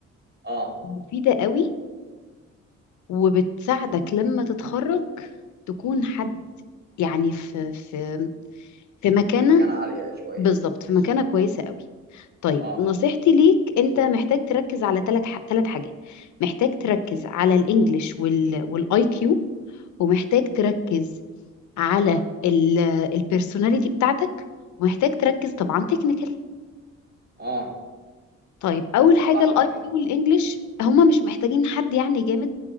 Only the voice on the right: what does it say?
اه
في مكانة عالية شوية
في السوق
اه
اه
صح
اكيد